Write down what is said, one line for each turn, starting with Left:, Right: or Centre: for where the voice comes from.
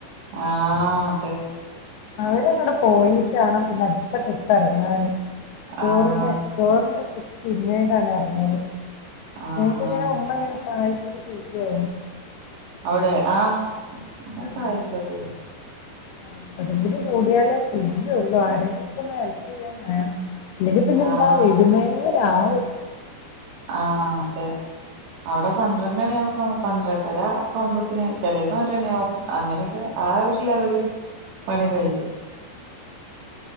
Right: ആഹ് അതെ
Left: അവരങ്ങട് പോയിട്ടാണ് പിന്നെ അടുത്ത ട്രിപ്പ് എറങ്ങാന് ചോറിന്
Right: ആഹ്
Left: ചോറിന്റെ ട്രിപ്പ്‌ പിന്നീടാണ് ഇറങ്ങല്
Right: ആഹ്
Left: നിങ്ങക്കെങ്ങനെ
Right: ആഹ്
Left: ഉമ്മ എങ്ങനെ സഹായിക്കുവൊക്കെ ചെയ്യൂ
Right: അവിടെ ആഹ് ഉമ്മ
Left: ആഹ്
Right: സഹായിക്കൊക്കെ ചെയ്യും
Left: ആഹ് കടിംപടി കൂടിയാലേ ചെയ്യുള്ളൂ ആരെങ്കിലും ഒക്കെ ഒന്ന് ഹെല്പ് ചെയ്യാൻ വേണം ഇല്ലെങ്കി പിന്നെ
Right: ആഹ്
Left: എന്താ വൈകുന്നേരാകും
Right: ആഹ് അതെ അവിടെ പന്ത്രണ്ടണിയാപ്പം പന്ത്രണ്ടര ആപത്തിന് ചെലേന്ന് ഒരണിയാകും അങ്ങനെക്കെ ആ ഒരു ലെവൽല് പണി കഴിയും